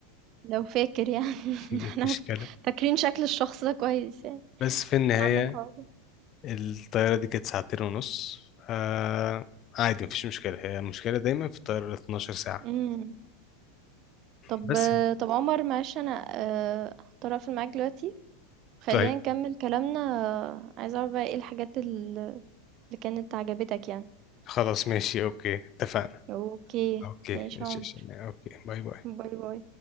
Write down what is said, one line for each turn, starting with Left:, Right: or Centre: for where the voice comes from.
Right: لو فاكر يعني <laughs>
Left: <laughs> دي
Right: احنا
Left: مشكلة
Right: فت- فاكرين شكل الشخص ده كويس يعني
Left: بس في النهاية
Right: اللي عمل الحوار
Left: الطيارة دي كانت ساعتين ونص آه عادي مفيش مشكلة هي المشكلة دايما في الطيارة 12 ساعة
Right: ده طب
Left: بس يعني.
Right: طب عمر معلش انا آه، هضطر اقفل معاك دلوقتي خلينا
Left: طيب
Right: نكمل كلامنا آه، عايزه اعرف بقى ايه الحاجات ال- اللي كانت عجبتك يعني
Left: خلاص ماشي اوكي اتفقنا
Right: اوكي
Left: اوكي
Right: ماشي
Left: ماشي
Right: يا عمر
Left: ماشي، اوكي باي باي
Right: باي باي